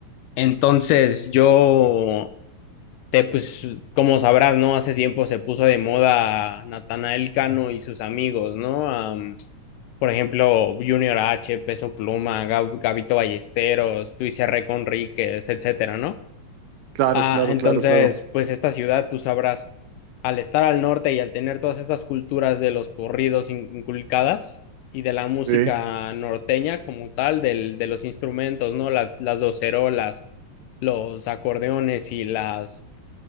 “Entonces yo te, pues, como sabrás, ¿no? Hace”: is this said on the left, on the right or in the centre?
Left